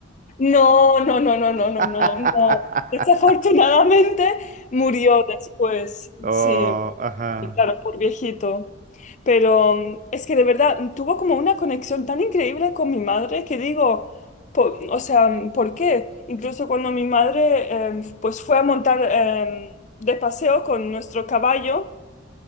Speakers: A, on the left; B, on the right.
A: no, no, no, no, no, no,
B: <laughs>
A: no, no. Desafortunadamente murió después,
B: Oh,
A: sí.
B: ajá.
A: Y claro, por viejito. Pero mm, es que de verdad mm, tuvo como una conexión tan increíble con mi madre que digo, po- o sea, mm, ¿por qué? Incluso cuando mi madre em, pues fue a montar em, de paseo con nuestro caballo,